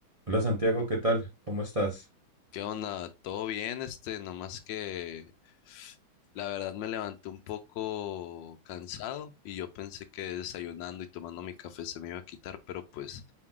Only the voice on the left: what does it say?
¿Qué onda? ¿Todo bien? Este, nomás que la verdad me levanté un poco cansado y yo pensé que desayunando y tomando mi café se me iba a quitar, pero pues